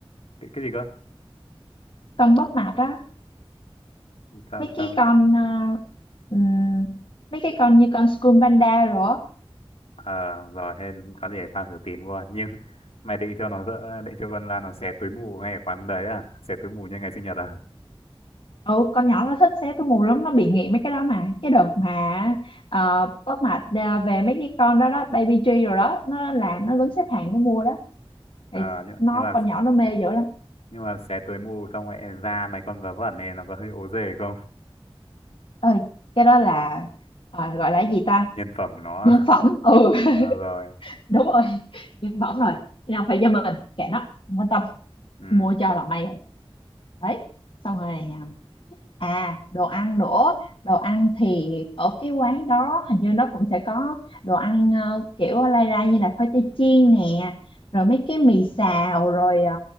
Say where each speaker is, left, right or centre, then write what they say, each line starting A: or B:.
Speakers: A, on the left; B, on the left.
A: cái, cái gì cơ
B: con bóp mạch á
A: sao
B: mấy
A: tao
B: cái con à, ừm, mấy cái con như con School Panda rồi á
A: à, rồi thế có gì để tao thử tìm qua nhưng <laughs> mày định cho nó dỡ- định cho con Lan nó xé túi mù ngay ở quán đấy à xé túi mù như ngày sinh nhật à,
B: ừ con nhỏ nó thích xé túi mù lắm nó bị nghiện mấy cái đó mà cái đợt mà ờ, bóp mạch ờ, về mấy cái con đó đó Baby G rồi đó nó là nó đứng xếp hàng nó mua đó Thì
A: à nhưng,
B: nó
A: nhưng mà
B: con nhỏ nó mê dữ lắm
A: nhưng mà xé túi mù xong lại ra mấy con vớ vẩn này nó có hơi ố dề không
B: ơi cái đó là ờ, gọi là cái gì ta
A: nhân phẩm nó
B: nhân
A: <laughs>
B: phẩm ừ <laughs>
A: Ờ, rồi
B: đúng rồi nhân phẩm rồi nào phải cho mình kệ nó không quan tâm
A: ừ
B: mua cho là may rồi đấy xong rồi à, À, đồ ăn nữa. Đồ ăn thì ở cái quán đó hình như nó cũng sẽ có đồ ăn ờ, kiểu lai ra như là khoai tây chiên nè, rồi mấy cái mì xào, rồi ờ,